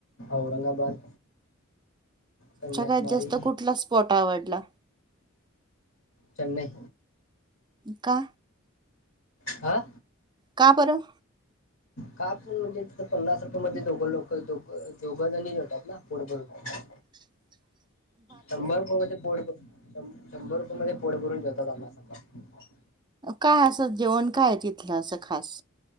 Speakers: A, on the left; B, on the right.
A: औरंगाबाद. कन्याकुमारी
B: सगळ्यात जास्त कुठला स्पॉट आवडला?
A: चे्नई.
B: का?
A: हा
B: का बरं
A: का पण म्हणजे पन्नास रुपये मध्ये दोघं लोक दो दोघंजनी जेवतावं ना पोटभरून
B: रिकामा ऑडिओ
A: शंभर रुपये मध्ये पोटभर शंभर रुपये मध्ये पोटभरून जेवतावात आम्ही संभा‌
B: काय असं जेवण काय तिथलं असं खास?